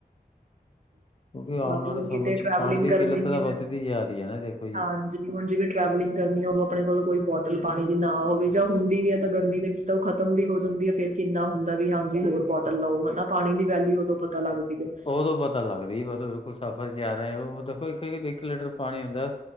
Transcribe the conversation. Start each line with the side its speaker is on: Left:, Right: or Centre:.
Left: ਕਿਉਂਕਿ
Right: ਬਾਕੀ
Left: ਆਉਣ ਵਾਲੇ
Right: ਹੁਣ
Left: ਸਮੇਂ
Right: ਕਿਤੇ
Left: ਚ
Right: ਟ੍ਰੈਵਲਿੰਗ
Left: ਪਾਣੀ ਦੀ
Right: ਕਰਨੀ
Left: ਕਿੱਲਤ ਤਾਂ
Right: ਹੈ
Left: ਵੱਧਦੀ ਜਾ ਰਹੀ ਹੈ ਨਾ ਦੇਖੋ ਜੀ
Right: ਹਾਂਜੀ ਹੁਣ ਜਿਵੇਂ ਟ੍ਰੈਵਲਿੰਗ ਕਰਨੀ ਹੈ ਉਦੋਂ ਆਪਣੇ ਕੋਲ ਕੋਈ ਬੋਟ ਬੋਟਲ ਪਾਣੀ ਦੀ ਨਾ ਹੋਵੇ ਜਾਂ ਹੁੰਦੀ ਵੀ ਹੈ ਤਾਂ ਗਰਮੀ ਦੇ ਵਿੱਚ ਤਾਂ ਉਹ ਖਤਮ ਵੀ ਹੋ ਜਾਂਦੀ ਹੈ ਫਿਰ ਕਿੰਨਾ ਹੁੰਦਾ ਵੀ ਹਾਂਜੀ ਹੋਰ ਬੋਟਲ ਲਓ ਹਨਾ ਪਾਣੀ ਦੀ ਵੈਲਿਊ ਉਦੋਂ ਪਤਾ ਤਾ ਲਗਦੀ ਐ।
Left: ਉਦੋਂ ਪਤਾ ਲੱਗਦੀ ਓਦੋਂ ਬਿਲਕੁਲ ਸਫ਼ਰ ਚ ਆ ਰਹੇ ਹੋ ਉਹ ਦੇਖੋ ਇੱਕ ਲੀ ਇਕ ਲੀਟਰ ਪਾਣੀ ਹੁੰਦਾ। ਅ